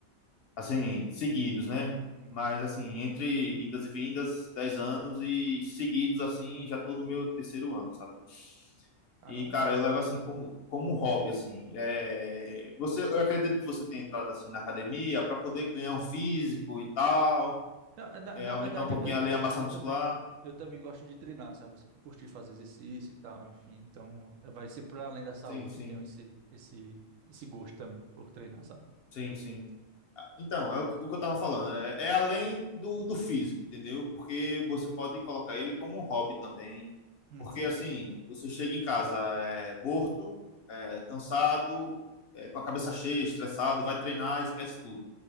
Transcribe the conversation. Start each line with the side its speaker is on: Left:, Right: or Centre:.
Left: assim,
Right: Seguir.
Left: seguidos, né?
Right: Uhum.
Left: Mas, assim, entre indas e vindas, 10 anos e seguidos, assim, já tô no meu terceiro ano, sabe?
Right: Caramba.
Left: E, cara, eu levo assim como, como um hobby, assim. É, você, eu acredito que você tenha entrado assim na academia para poder ganhar um físico e tal.
Right: Não, na,
Left: é,
Right: na
Left: aumentar
Right: verdade,
Left: um pouquinho
Right: eu,
Left: ali a massa
Right: eu
Left: muscular.
Right: também eu também gosto de treinar, sabe? Eu sempre curti fazer exercício e tal, enfim. Então, eh, vai ser para além da saúde.
Left: Sim, sim,
Right: Eu tenho esse esse esse gosto também por treinar, sabe?
Left: sim, sim. Ah, Então, é o, que o que eu tava falando. É, é além do, do físico, entendeu? Porque você pode colocar ele como um hobby também.
Right: Uhum.
Left: Porque, assim, você chega em casa é, morto, é, cansado, é, com a cabeça cheia, estressado, vai treinar, esquece tudo.